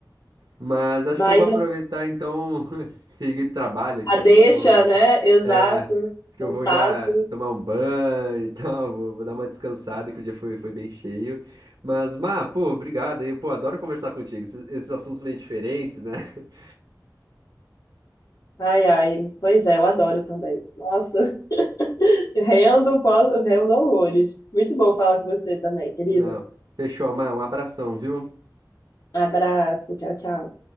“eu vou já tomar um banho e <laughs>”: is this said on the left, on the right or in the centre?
Right